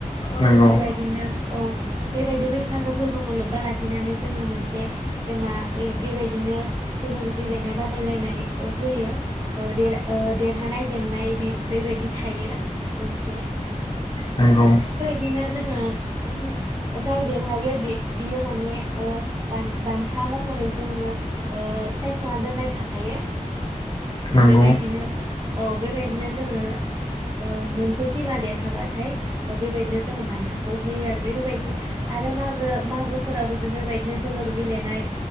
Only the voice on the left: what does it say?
नंगौ
नोंगौ।।
नंगौ